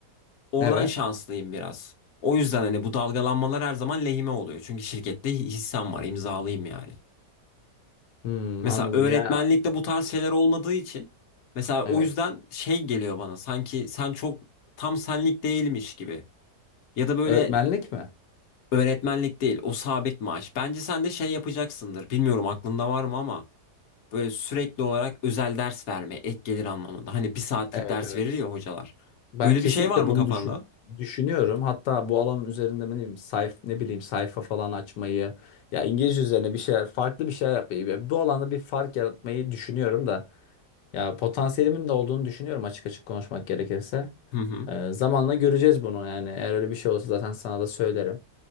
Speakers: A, on the left; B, on the left.
A: Oradan
B: Evet.
A: şanslıyım biraz. O yüzden hani bu dalgalanmalar her zaman lehime oluyor. Çünkü şirkette hissem var imzalıyım yani.
B: Hmm,
A: Mesela
B: anladım.
A: öğretmenlikte
B: Ya
A: bu tarz şeyler olmadığı için mesela
B: evet.
A: o yüzden şey geliyor bana sanki sen çok tam senlik değilmiş gibi. Ya da böyle
B: Öğretmenlik mi?
A: öğretmenlik değil o sabit maaş. Bence sen de şey yapacaksındır. Bilmiyorum aklında var mı ama böyle sürekli olarak özel ders verme ek gelir anlamında. Hani bir saatlik
B: Evet
A: ders
B: evet.
A: verir ya hocalar.
B: Ben
A: Öyle
B: kesinlikle
A: bir şey var mı
B: bunu
A: kafanda?
B: düşün düşünüyorum. Hatta bu alanın üzerinde ne bileyim, sayf ne bileyim sayfa falan açmayı ya İngilizce üzerine bir şeyler farklı bir şeyler yapmayı ya bu alanda bir fark yaratmayı düşünüyorum da Ya potansiyelimin de olduğunu düşünüyorum açık açık konuşmak gerekirse.
A: Hı hı.
B: Ee, zamanla göreceğiz bunu yani. Eğer öyle bir şey olsa zaten sana da söylerim.